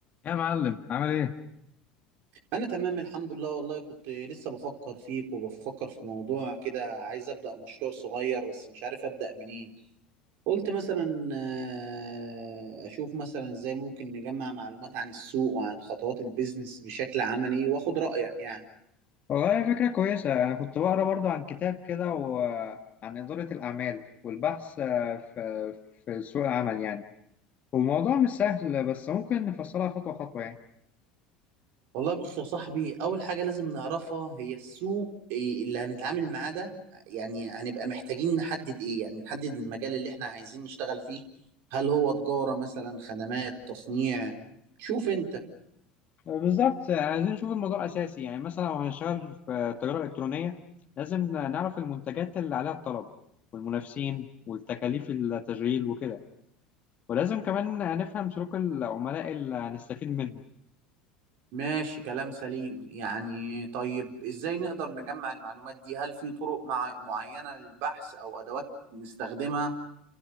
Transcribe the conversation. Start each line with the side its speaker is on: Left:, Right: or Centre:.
Left: يا معلم عامل ايه؟
Right: انا تمام الحمد لله والله كنت لسه بفكر فيك وبفكر في موضوع كده عايز ابدا مشروع صغير بس مش عارف ابدا منين قلت مثلا آه، اشوف مثلا ازاي ممكن نجمع معلومات عن السوق وعن خطوات البيزنس بشكل عملي واخد رايك يعني
Left: والله فكرة كويسة أنا كنت بقرأ برضو عن كتاب كده وعن إدارة الأعمال والبحث آه، في في سوق العمل يعني والموضوع مش سهل بس ممكن نفصلها خطوة خطوة يعني
Right: والله بص يا صاحبي اول حاجه لازم نعرفها هي السوق إيه اللي هنتعامل معاه ده يعني هنبقى محتاجين نحدد ايه يعني نحدد المجال اللي احنا عايزين نشتغل فيه هل هو تجاره مثلا خدمات تصنيع شوف انت
Left: بالظبط عايزين نشوف الموضوع الأساسي يعني مثلا لو هنشتغل في التجارة الإلكترونية لازم نعرف المنتجات اللي عليها الطلب والمنافسين والتكاليف التشغيل وكده ولازم كمان نفهم سلوك العملاء اللي هنستفيد منهم
Right: ماشي كلام سليم يعني طيب ازاي نقدر نجمع المعلومات دي هل في طرق مع معينة للبحث او ادوات نستخدمها